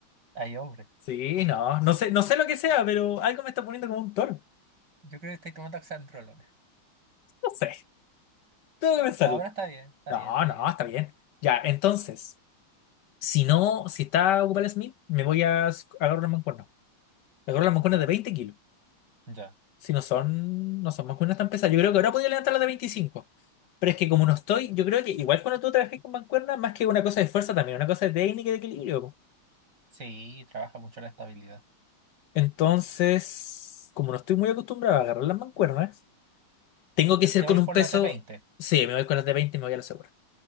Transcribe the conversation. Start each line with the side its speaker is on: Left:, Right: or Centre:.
Right: Ay, hombre.
Left: Sí, no, no sé, no sé lo que sea, pero algo me está poniendo como un toro.
Right: Yo creo que estoy tomando oxandrolona.
Left: No sé, tengo que pensarlo.
Right: No, pero está bien, está
Left: No,
Right: bien, está
Left: no,
Right: bien.
Left: está bien. Ya, entonces, si no, si está ocupado el Smith, me voy a s- agarrar una mancuerna. Me Agarro las mancuernas
Right: Ya,
Left: de 20 kilos.
Right: ya.
Left: Si no son, no son mancuernas tan pesadas. Yo creo que ahora podría levantar las de 25. Pero es que como no estoy, yo creo que igual cuando tú trabajas con mancuernas, más que una cosa de fuerza también, una cosa de técnica y de equilibrio. po.
Right: Sí, trabaja mucho la estabilidad.
Left: Entonces, como no estoy muy acostumbrado a agarrar las mancuernas, tengo
Right: Le-
Left: que ser
Right: Te va
Left: con
Right: a ir
Left: un
Right: por
Left: peso.
Right: la t veinte,
Left: Sí, me voy con las de 20 y me voy a la segura.